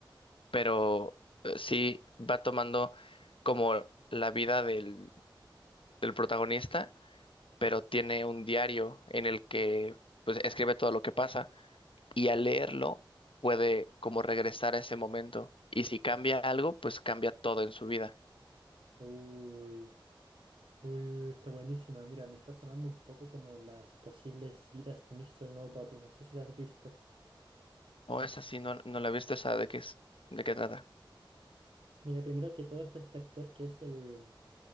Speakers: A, on the left; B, on the right.
A: pero eh, sí va tomando como la vida del, del protagonista, pero tiene un diario en el que pues escribe todo lo que pasa y al leerlo puede como regresar a ese momento y si cambia algo, pues cambia todo en su vida.
B: Uy. Uy, está buenísima. Mira, me está sonando un poco como las posibles vidas de Mister Nobody. No sé si la has visto.
A: O es así, no, no la he visto esa de qué es, de qué trata.
B: Mira, primero que todo está este actor que es el